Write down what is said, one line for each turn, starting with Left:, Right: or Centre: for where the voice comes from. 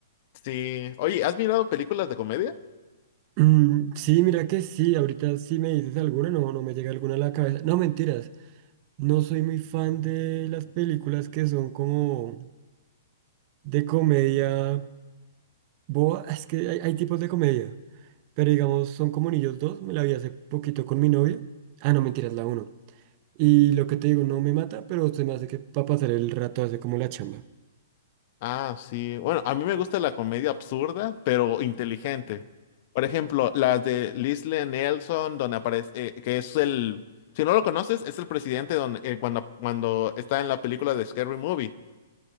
Left: Sí, oye, ¿has mirado películas de comedia?
Right: Mm, sí, mira que sí, ahorita sí me dices alguna, no, no me llega alguna a la cabeza. No, mentiras, no soy muy fan de las películas que son como de comedia Boa, es que hay, hay tipos de comedia, pero digamos, son como Niños dos, me la vi hace poquito con mi novia. Ah, no, mentiras, la uno. Y lo que te digo, no me mata, pero se me hace que para pasar el rato hace como la chamba.
Left: Ah, sí. Bueno, a mí me gusta la comedia absurda, pero inteligente. Por ejemplo, las de Leslie Nelson, donde aparece, eh, que es el, si no lo conoces, es el presidente donde, eh, cuando, cuando está en la película de Scary Movie.